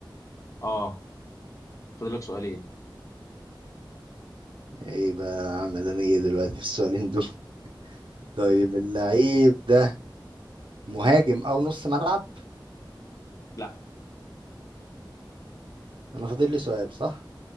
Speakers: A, on the left; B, on the right.
A: اه فاضل لك سؤالين
B: ايه بقى عامل انا ايه دلوقتي في السؤالين دول <laughs> طيب اللعيب ده مهاجم او نص ملعب
A: لا
B: انا فاضل لي سؤال صح